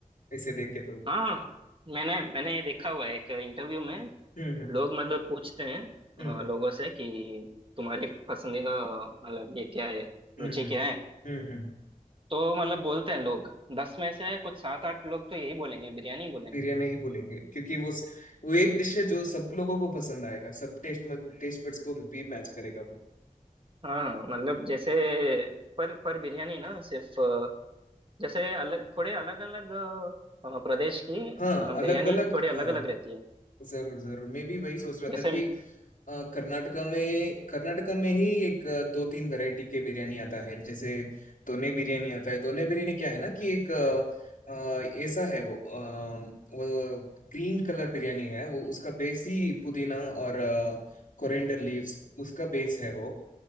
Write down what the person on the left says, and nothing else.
इसे देख के तो
हम्म
हम्म
हम्म
हम्म
हम्म हम्म, हम्म।
बिरयानी ही बोलेंगे क्योंकि वो वो एक डिश है जो सब लोगों को पसंद आएगा सब टेस्ट टेस्ट बड्स को भी मैच करेगा
हाँ
अलग
अलग
हाँ
जरूर जरूर मैं भी वही सोच रहा
था कि अ, कर्नाटका में कर्नाटका में ही एक अ, दो तीन वैरायटी के बिरयानी आता है जैसे दोने बिरयानी आता है दोने बिरयानी क्या है ना कि एक अ, अ, ऐसा है वो अ, वो ग्रीन कलर बिरयानी है वो उसका बेस ही पुदीना और कोरिएंडर लीव्स उसका बेस है वो